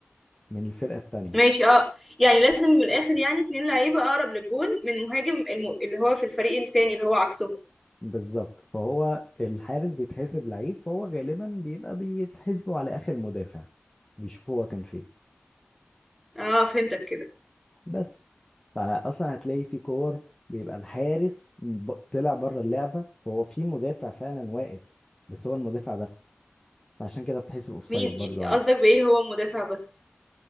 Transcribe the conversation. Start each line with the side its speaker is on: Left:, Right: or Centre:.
Left: من الفرقة التانية
Centre: ماشي اه يعني لازم من الاخر يعني اتنين لعيبة اقرب للجون من مهاجم الم... اللي هو في الفريق التاني اللي هو عكسهم
Left: بالظبط فهو الحارس بيتحسب لعيب فهو غالبا بيبقى بيتحسبوا على اخر مدافع بيشوفوا هو كان فين
Centre: اه فهمتك كده
Left: بس فاصلا هتلاقي في كور بيبقى الحارس ب- طلع بره اللعبه فهو في مدافع فعلا واقف بس هو المدافع بس فعشان كده بتحسب اوفسايد
Centre: مين
Left: برضو عادي
Centre: قصدك بايه هو مدافع بس